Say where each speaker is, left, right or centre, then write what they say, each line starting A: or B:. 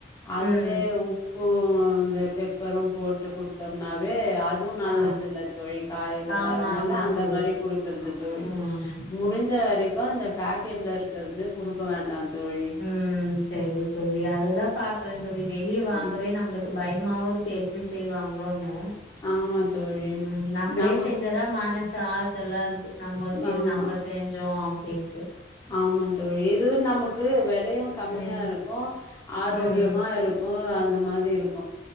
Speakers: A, on the left; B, on the left.
A: அதுலயே
B: ம்
A: ப்பு இந்த பெப்பரு போட்டு குடுத்தோன்னாவே அ துவு நல்லதில்ல
B: ஆ
A: தோழி காய்கள்
B: ஆமா
A: அதுனால
B: ஆமா
A: அந்த
B: தோழி
A: மாரி குடுக்கற்து தோழி
B: ம்
A: முடுஞ்ச வரை க்கு அந்த பாக்கெட்ல இருக்கறது குடுக்க வேண்டா தோழி.
B: ம் சரி தோழி அததா பாக்குறே தோழி வெளிய வாங்கவே
A: ம்
B: நம்ளுக் கு பயமாவு இருக்கு எப்டி செய்வாங்களோன்னு
A: ஆமா தோழி.
B: ம் நம்பளே
A: நமக்
B: செஞ்சாதா மனசு ஆறுதலா இரு க்கு நம்ப சரி
A: ஆமா.
B: நம்ப செஞ்சோ அ ப்டின்
A: ஆமா தோழி இது நமக்கு வெலையு கம்மியா
B: ம்
A: இருக்கு ஆரோக்கியமா
B: ம்
A: இரு க்கு அந்த மாரி இருக்